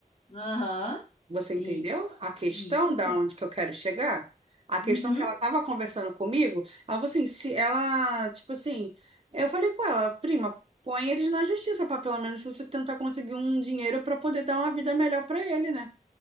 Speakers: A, on the left (about 45°); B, on the right (about 40°).
A: Aham.
B: Você entendeu
A: E,
B: a questão
A: isso
B: da
A: mesmo.
B: onde que eu quero chegar? A questão
A: Uhum.
B: que ela estava conversando comigo, ela falou assim, se ela, tipo assim, eu falei com ela, prima, põe eles na justiça para pelo menos você tentar conseguir um dinheiro para poder dar uma vida melhor para ele, né?